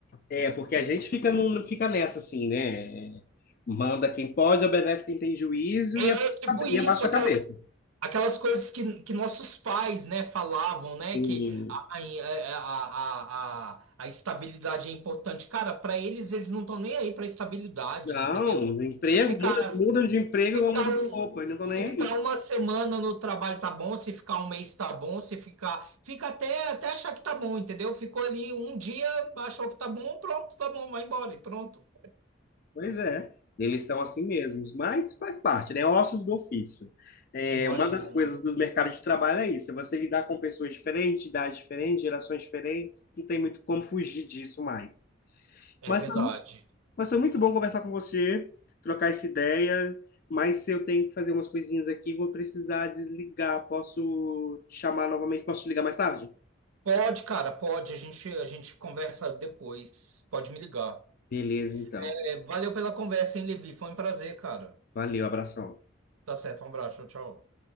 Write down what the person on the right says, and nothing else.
É
tipo isso,
aquelas
Aquelas coisas que, que nossos pais, né, falavam, né,
que a, a, a, a a estabilidade é importante. Cara, para eles, eles não estão nem aí para estabilidade,
entendeu?
Se ficar,
ficar
um,
se
ficar
uma semana no trabalho tá bom, se ficar um mês tá bom, se ficar, fica até, até achar que tá bom, entendeu? Ficou ali um dia, achou que tá bom, pronto, tá bom, vai embora e pronto.
Imagino,
é
verdade.
Pode, cara, pode. A gente, a gente conversa depois. Pode me ligar.
É, valeu pela conversa, hein, Levi? Foi um prazer, cara.
Tá certo, um abraço, tchau. tchau.